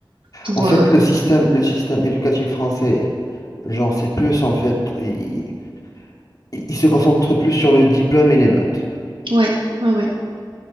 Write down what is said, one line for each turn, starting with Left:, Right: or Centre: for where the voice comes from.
Right: Pour
Left: En fait,
Right: euh,
Left: le système, le système éducatif français, genre, c'est plus en fait, il, il- il se concentre plus sur le diplôme et les notes
Right: ouais, ouais, ouais.